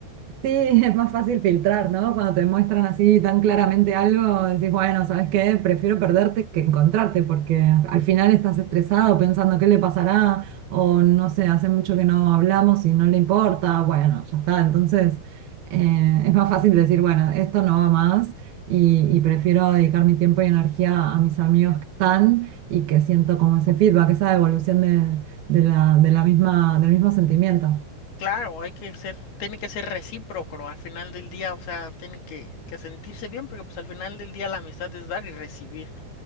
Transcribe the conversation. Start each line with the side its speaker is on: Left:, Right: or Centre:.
Right: Sí, <laughs> es más fácil filtrar, ¿no? Cuando te muestran así tan claramente algo, decís, bueno, ¿sabes qué? Prefiero perderte que encontrarte, porque al final estás estresado pensando qué le pasará, o no sé, hace mucho que no hablamos y no le importa, bueno, ya está. Entonces, eh, es más fácil decir, bueno, esto no va más y, y prefiero dedicar mi tiempo y energía a mis amigos que están y que siento como ese feedback, esa evolución de, de la, de la misma, del mismo sentimiento.
Left: Claro, hay que ser, tiene que ser recíproco, ¿no? Al final del día, o sea, tiene que, que sentirse bien, porque pues al final del día la amistad es dar y recibir.